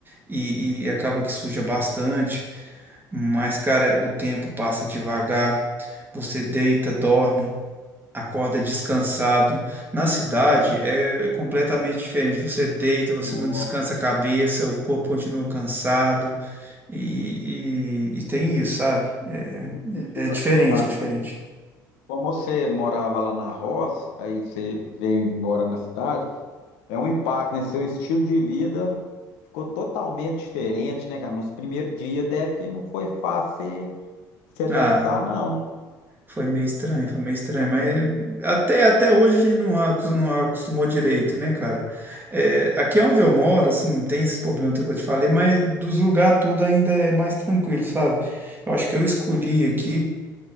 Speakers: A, on the right (about 20°); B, on the left (about 65°).
A: E, e acaba que suja bastante, mas, cara, o tempo passa devagar, você deita, dorme acorda descansado. Na cidade é completamente diferente. Você deita, você
B: Não.
A: não descansa a cabeça, o corpo continua cansado e, e- e tem isso, sabe? É,
B: E tipo
A: é diferente,
B: assim, Márcio.
A: é diferente.
B: Como você morava lá na roça, aí você vem morar na cidade, é um impacto, né? Seu estilo de vida ficou totalmente diferente, né, cara? Nos primeiros dias deve que não foi fácil você se adaptar,
A: Ah,
B: não, né?
A: foi meio estranho, foi meio estranho,
B: Até...
A: mas até, até hoje a gente não, acos- não acostumou direito, né, cara? É, aqui é onde eu
B: Uhum.
A: moro, assim, tem esse problema que eu te falei, mas dos lugares tudo ainda é mais tranquilo, sabe? Eu acho que eu escolhi aqui